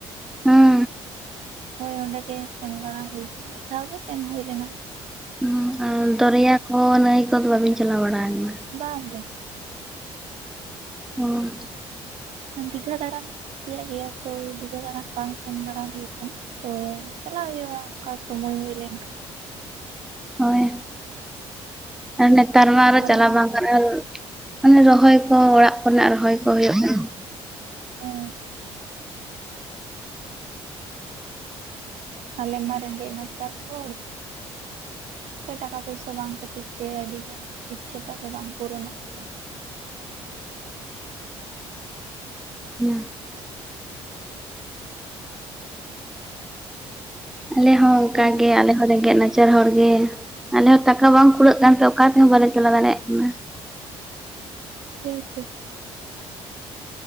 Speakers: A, in the centre; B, on the right (about 70°).
A: <unintelligible>
B: ᱦᱳᱭ ᱚᱸᱰᱮ ᱜᱮ ᱥᱮᱱ ᱵᱟᱲᱟ ᱦᱩᱭᱱᱟ ᱢᱤᱫ ᱫᱷᱟᱣ ᱜᱮ ᱥᱮᱱ ᱦᱩᱭ ᱞᱮᱱᱟ ᱾
A: ᱦᱩᱸ ᱟᱨ ᱫᱚᱨᱭᱟ ᱠᱚ ᱱᱟᱹᱭ ᱠᱚᱫᱚ ᱵᱟᱵᱤᱱ ᱪᱟᱞᱟᱣ ᱵᱟᱲᱟ ᱟᱠᱟᱱᱟ?
B: ᱵᱟᱝ ᱜᱮ᱾
A: <unintelligible>
B: ᱫᱤᱜᱷᱟ ᱫᱟᱬᱟᱱ ᱮᱢ ᱠᱩᱥᱤᱭᱟᱜ ᱜᱮᱭᱟ ᱛᱚ ᱫᱤᱜᱷᱟ ᱫᱟᱬᱟᱱ ᱵᱟᱝ ᱥᱮᱱ ᱵᱟᱲᱟ ᱦᱩᱭ ᱟᱠᱟᱱᱟ? ᱛᱚ ᱪᱟᱞᱟᱜ ᱦᱩᱭᱩᱜᱼᱟ ᱚᱱᱠᱟ ᱥᱚᱢᱚᱭ ᱦᱩᱭ ᱞᱮᱱᱠᱷᱟᱱ ᱾
A: ᱦᱳᱭ ᱟᱨ ᱱᱮᱛᱟᱨ ᱢᱟ ᱟᱨ
B: ᱟᱞᱮ
A: ᱪᱟᱞᱟᱣ
B: ᱢᱟ
A: ᱵᱟᱝ ᱜᱟᱱᱚᱜᱼᱟ᱾ ᱟᱨ ᱚᱱᱮ ᱨᱚᱦᱚᱭ ᱠᱚ ᱚᱲᱟᱜ ᱠᱚᱨᱮᱱᱟᱜ ᱨᱚᱦᱚᱭ ᱠᱚ ᱦᱩᱭᱩᱜ ᱠᱟᱱᱟ ᱾
B: ᱦᱮᱸ ᱟᱞᱮ ᱢᱟ ᱨᱮᱜᱮᱡ ᱱᱟᱪᱟᱨ ᱦᱚᱲ ᱴᱟᱠᱟ ᱯᱚᱭᱥᱟ ᱵᱟᱝ ᱠᱷᱟᱹᱛᱤᱨ ᱛᱮ ᱟᱹᱰᱤ ᱜᱟᱱ ᱤᱪᱪᱷᱟᱹᱴᱟᱜ ᱫᱚ ᱵᱟᱝ ᱯᱩᱨᱚᱱᱚᱜ ᱜᱮᱭᱟ ᱾
A: <unintelligible> ᱟᱞᱮ ᱦᱚᱸ ᱚᱱᱠᱟᱜ
B: ᱦᱮᱞᱳ
A: ᱜᱮ ᱟᱞᱮ ᱦᱚᱸ ᱨᱮᱸᱜᱮᱜ ᱱᱟ ᱪᱟᱨ ᱦᱚᱲᱜᱮ ᱟᱞᱮ ᱦᱚᱸ ᱴᱟᱠᱟ ᱵᱟᱝ ᱠᱩᱲᱟᱹᱜ ᱠᱟᱱᱛᱮ ᱚᱠᱟ ᱛᱮᱦᱚᱸ ᱵᱟᱞᱮ ᱪᱟᱞᱟᱣ ᱫᱟᱲᱮᱭᱟᱜ ᱠᱟᱱᱟ᱾
B: <unintelligible>